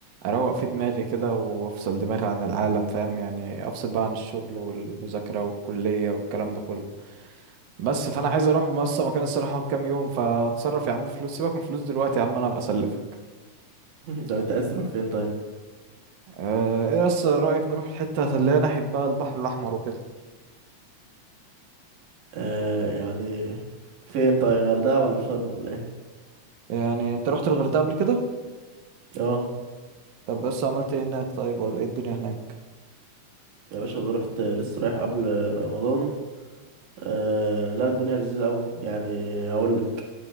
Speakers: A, on the right (about 60°); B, on the right (about 85°).
A: اروق فيه دماغي كده وافصل دماغي عن العالم فاهم يعني افصل بقى عن الشغل والمذاكره والكليه والكلام ده كله بس فانا عايز اروح بس مكان الصراحه أقعد كام يوم فاتصرف يا عم فلوس سيبك من الفلوس دلوقتي يا عم انا ابقى اسلفك
B: <laughs> طب انت عايز تروح فين طيب
A: اه ايه بس رايك نروح الحته اللي هي ناحيه بقى البحر الاحمر وكده
B: آه يعني فين طيب غردقة ولا شرم ولا ايه
A: يعني انت رحت الغردقه قبل كده
B: اه
A: طب بس عملت ايه هناك طيب ولا ايه الدنيا هناك
B: يا باشا انا رحت لسه رايح قبل رمضان آه لا الدنيا لذيذة قوي يعني هقول لك